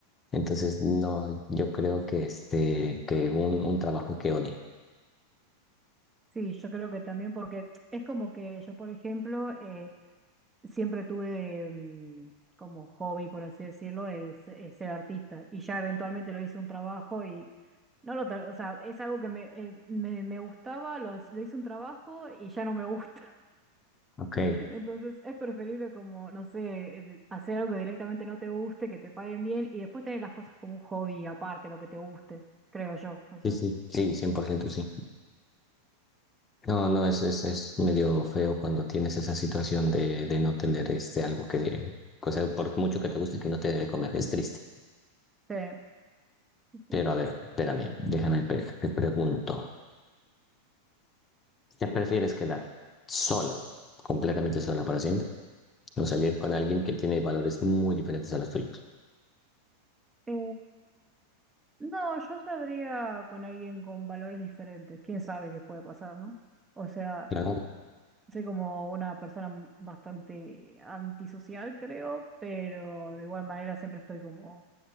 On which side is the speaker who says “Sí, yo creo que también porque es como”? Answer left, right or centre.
Right